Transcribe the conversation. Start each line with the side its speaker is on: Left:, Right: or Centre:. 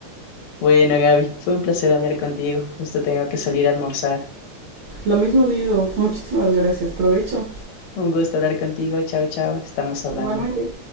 Left: Bueno, Gaby, fue un placer hablar contigo. Justo tengo que salir a almorzar.
Right: Lo mismo digo, muchísimas gracias, provecho.
Left: Un gusto hablar contigo. Chao, chao. Estamos hablando.
Right: Igualmente.